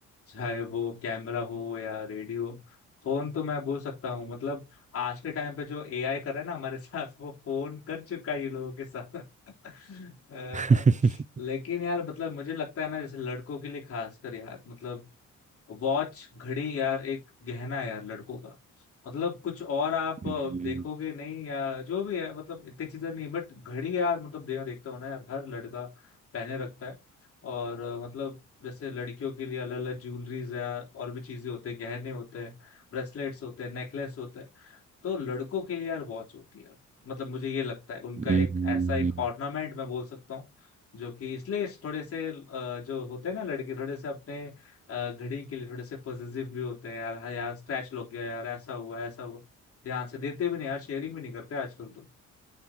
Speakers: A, on the left; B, on the right.
A: चाहे वो कैमरा हो या रेडियो फोन तो मैं बोल सकता हूँ मतलब आज के टाइम पे जो एआई कर रहा है ना हमारे <laughs> साथ वो फोन कर चुका है ये लोगों के साथ <laughs> अ,
B: <laughs>
A: लेकिन यार मतलब मुझे लगता है ना जैसे लड़कों के लिए खासकर यार मतलब वॉच घड़ी यार एक गहना है यार लड़कों का मतलब कुछ और आप
B: हम्म,
A: अ, देखोगे नहीं या जो भी है मतलब इतनी चीजें नहीं बट घड़ी यार मतलब दे, देखता हूं ना यार हर लड़का पहने रखता है और अ, मतलब जैसे लड़कियों के लिए अलग अलग ज्वेलरीज है यार, और भी चीजें होते हैं गहने होते हैं ब्रेसलेट्स होते हैं नेकलेस होते हैं तो लड़कों के लिए यार वॉच होती है मतलब मुझे ये लगता है उनका
B: हम्म,
A: एक ऐसा एक ऑर्नामेंट मैं बोल सकता हूँ जो कि इसलिए इस थोड़े से अ, जो होते हैं ना लड़के थोड़े से अपने अ, घड़ी के लिए थोड़े से पॉजिटिव भी होते हैं यार हाँ यार स्क्रैच लग गया यार ऐसा हुआ ऐसा हुआ ध्यान से देते भी नहीं यार शेयरिंग भी नहीं करते आजकल तो